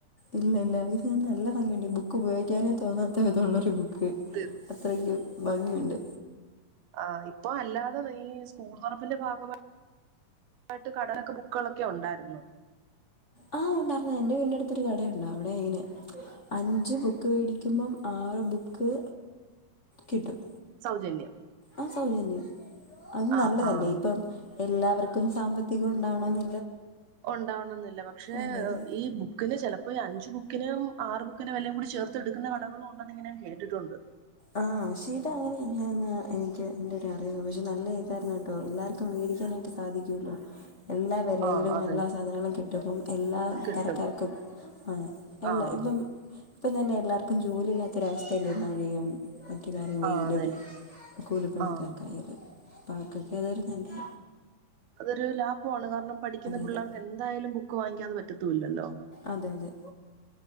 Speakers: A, on the left; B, on the right.
A: ഇല്ല ഇല്ല ഇത് നല്ല ഭംഗിയുണ്ട് ബുക്ക് ഉപയോഗിക്കാനേ തോന്നാത്ത വിധള്ളൊരു ബുക്ക്
B: തി-
A: അത്രക്ക് ഭംഗിയുണ്ട്
B: ആ ഇപ്പൊ അല്ലാതെ ഈ സ്കൂൾ തുറപ്പിന്റെ ഭാഗമായി ആയിട്ട് <unintelligible> ബുക്കുകളൊക്കെ ഉണ്ടായിരുന്നു
A: ആ ഉണ്ടായിർന്ന് എന്റെ വീടിന്റെടുത്തൊരു കട ഉണ്ട് അവിടെ ഇങ്ങനെ അഞ്ച് ബുക്ക് വേടിക്കുമ്പം ആറ് ബുക്ക് കിട്ടും
B: സൗജന്യം
A: ആ സൗജന്യം അത്
B: ആഹ്
A: നല്ലതല്ലേ
B: ആഹ്
A: ഇപ്പം എല്ലാവർക്കും സാമ്പത്തികം ഉണ്ടാവണോന്നി
B: ഉണ്ടാവണം എന്നില്ല പക്ഷെ
A: അതെ അതെ
B: ഈ ബുക്കിന് ചിലപ്പോ അപ്പ ഈ അഞ്ച് ബുക്കിന് ആറ് ബുക്കിന് വെലയും കൂടി ചേർത്ത് എടുക്കുന്ന കടകളും ഉണ്ട് ഇങ്ങന ഞാൻ കേട്ടിട്ടുണ്ട്
A: ആ ചീട്ട അങ്ങനെയല്ല എന്ന് എനിക്ക് എന്റെ ഒരു അറിവ പക്ഷെ നല്ല ഇതായിരുന്നു കേട്ടോ എല്ലാവർക്കും ക്കാനായിട്ട് സാധിക്കൊലോ എല്ലാ വെലയിലും
B: ആഹ് അതെ
A: എല്ലാ സാധനങ്ങളും കിട്ടുബം എല്ലാം
B: കിട്ടും
A: തരക്കാർക്കും ആഹ് അല്ല
B: ആഹ്
A: ഇപ്പം ഇപ്പം തന്നെ എല്ലാർക്കും ജോലി ഇല്ലാത്തൊരവസ്ഥയല്ലേ മഴയും മറ്റ് കാര്യം വെയ്ലും
B: ആഹ് അതെ
A: കൂലിപ്പണിക്കാർക്കായാലും
B: ആഹ്
A: അപ്പ അവർക്കൊക്കെ അതൊരു നല്ലെ
B: അതൊരു ലാഭമാണ്. കാരണം പഠിക്ക്ന്ന പിള്ളേർക്ക്
A: അതെ അതെ
B: എന്തായാലും ബുക്ക് വാങ്ങിക്കാതെ പറ്റത്തൂല്ലല്ലോ.
A: അതെ അതെ